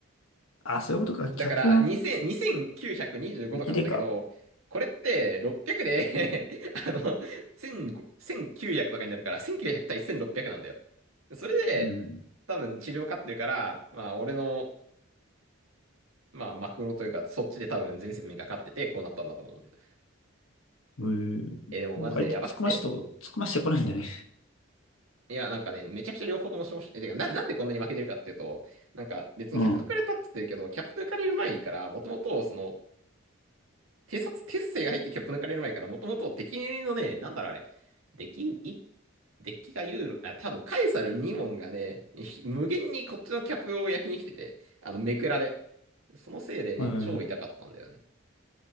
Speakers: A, on the left; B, on the right.
A: あ、そういうことか。客の
B: だから、2000、2925とかなんだけど、
A: 向きでか。
B: これって600で <laughs> あの、1500 1900とかになるから、1900対1600なんだよ。それで、
A: うん。
B: 多分地上勝ってるから、まあ、俺の、まあ、マクロというか、そっちで多分全世界が勝ってて、こうなったんだと思うんだよ。
A: うん。
B: え、でもマジでやばくて。
A: なんか相手突っ込ましてと、突っ込ましてこないんだね。
B: いや、なんかね、めちゃくちゃ両方とも消費、てか、な、なんでこんなに負けてるかっていうと、なんか別にキャップ抜かれたって言ってるけど、
A: うん。
B: キャップ抜かれる前から、もともと、その、偵察、鉄星が入ってキャップ抜かれる前から、もともと敵のね、なんだろうあれ、デッキ、い、デッキがユーロ、あ、多分カエサル2問がね、ひ無限にこっちのキャップを焼きに来てて、あの、めくらで。そのせいでね、
A: うん。
B: 超痛かったんだよね。